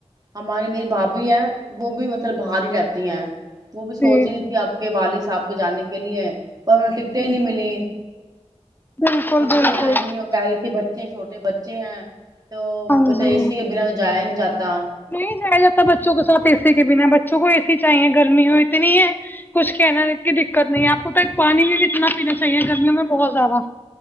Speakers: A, on the right (about 30°); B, on the left (about 15°).
A: ہماری میری بھابھی ہیں وہ بھی مطلب باہر ہی رہتی ہیں وہ بھی سوچ
B: جی
A: رہی تھی آپ کے والد صاحب کے جانے کے لیے پر انہیں ٹکٹیں
B: جی
A: نہیں ملی
B: بالکل
A: کتے
B: بالکل
A: آ ہی نہیں ہو پ رہی تھی بچے چھوٹے بچے ہیں تو
B: ہاں
A: ا
B: جی
A: اے سی کے بنا تو جایا ہی نہیں جاتا
B: نہیں جایا جاتا بچوں کے سھ اے سی کے بنا بچوں کو اے سی چاہیے گرمی ہو اتنی ہے کچھ کہنا ہے ات کی دقت نہیں آپ آپ کو ت پانی میں کتنا پینا چاہیے گرمیوں میں بہت زیادہ